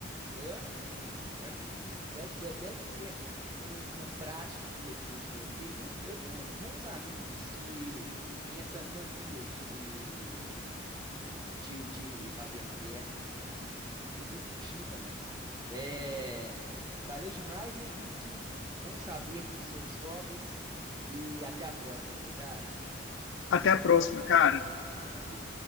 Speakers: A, on the right (about 20°); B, on the left (about 75°).
A: Eu acredito que sim, eu acredito que sim. Deve, de- deve ser um- uma prática interessante mesmo. Tem muito, eu tenho bons amigos que têm essa mania de, de, de fazer pescas e tal. Inclusive um tio também. É, valeu demais, Henrique. Bom saber dos seus hobbies e até a próxima, meu caro.
B: Até a próxima, cara.
A: Valeu.